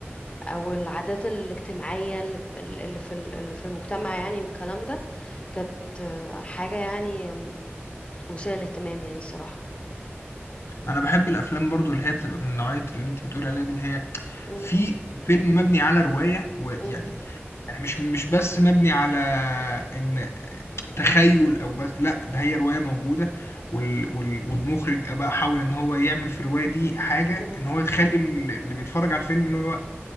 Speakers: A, on the left; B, on the left.
A: أو العادات الاجتماعية اللي اللي في ال- اللي في المجتمع يعني والكلام ده كانت آه، حاجة يعني آم، مثيرة للاهتمام يعني الصراحة
B: انا بحب الافلام برضو اللي هي بتبقى من نوعيه اللي انت بتقولي عليها دي اللي هي
A: مم،
B: في فيلم مبني على روايه ويعني
A: مم،
B: يعني مش مش بس مبني على ان تخيل او بس لا ده هي رواية موجودة وال وال والمخرج بقى حاول ان هو يعمل في الرواية دي حاجة
A: مم،
B: ان هو يخلي ال- اللي بيتفرج على الفيلم اللي هو